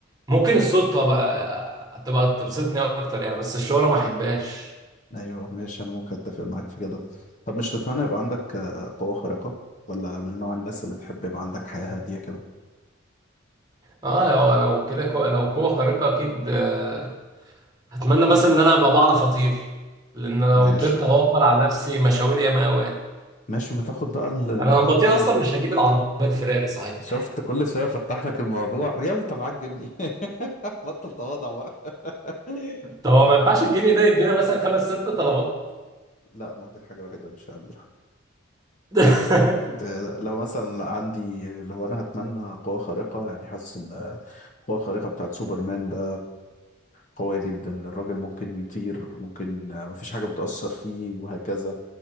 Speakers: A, on the right; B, on the left.
A: ممكن السلطه بقى هتبقى تبسطني اكتر يعني بس الشهره ما احبهاش
B: ايوه ماشي انا ممكن اتفق معاك في كده طب مش تتمنى يبقى عندك آه، قوة خارقة ولا من نوع الناس اللي تحب يبقى عندك حياة هادية كده
A: اه لو لو كده كو- لو قوه خارقه اكيد آه، هتمنى مثلا ان انا ابقى بعرف اطير لان لو
B: ماشي
A: طرت هوفر على نفسي مشاوير ياما قوي
B: ماشي ما تاخد بقى ال- الموضوع
A: انا لو بطير
B: كله
A: اصلا مش هجيب العربيه الفراري صحيح
B: شفت كل شوية فتح لك الموضوع <laughs> يا ابني انت معاك جني <laughs> بطل تواضع بقى <laughs>
A: طب هو
B: يعني
A: ما ينفعش الجنيه ده يدينا مثلا خمس ست طلبات
B: لا ما دي الحاجة الوحيدة اللي مش هعملها
A: <laughs>
B: ده- لو مثلا عندي لو انا هتمنى قوة خارقة يعني حاسس ان القوة الخارقة بتاعت سوبرمان ده قوية جدا الراجل ممكن يطير ممكن مفيش حاجة بتأثر فيه وهكذا